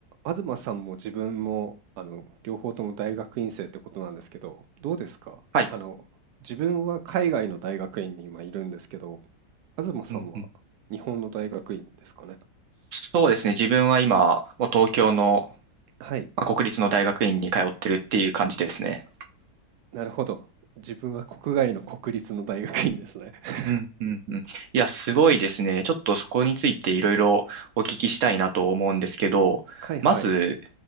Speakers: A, on the right; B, on the right.
A: 東さんも自分もあの両方とも大学院生ってことなんですけど、どうですかあの自分は海外の大学院に今いるんですけど、
B: はい。
A: 東さんは日本の大学院ですかね。
B: うんうん。そうですね。自分は今、もう東京の、
A: はい、
B: まあ、国立の大学院に通ってるっていう感じですね。
A: なるほど。自分は国外の国立の大学院ですね。<laughs>
B: うんうんうん。いや、すごいですね。ちょっとそこについていろいろお聞きしたいなと思うんですけど、
A: はいはい。
B: まず、